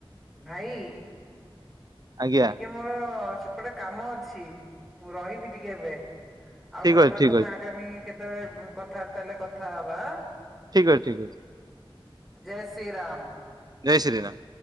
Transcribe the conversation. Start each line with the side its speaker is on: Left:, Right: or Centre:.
Centre: ଭାଇ
Right: ଆଜ୍ଞା
Centre: ଟିକେ ମୋର ସେପଟେ କାମ ଅଛି ମୁଁ ରହିବି ଟିକେ ଏବେ। ଆଉ
Right: ଠିକ
Centre: କଥାବାର୍ତ୍ତା
Right: ଅଛି ଠିକ
Centre: ପାଇଁ
Right: ଅଛି
Centre: ଆଗାମୀ କେତେବେଳେ କଥାବାର୍ତା ହେଲେ କଥା ହବା ଆଁ
Right: ଠିକ ଅଛି।
Centre: ଜୟ ଶ୍ରୀ ରାମ।
Right: ଜୟ ଶ୍ରୀରାମ।